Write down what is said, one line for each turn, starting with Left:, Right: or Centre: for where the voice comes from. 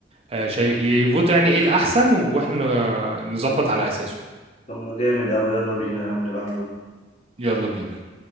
Right: آه، شايف يفوتوا يعني ايه الاحسن واحنا ن- نظبط على اساسه
Left: طب ما جامد أوي يلا بينا يا عم نبعت له
Right: يلا بينا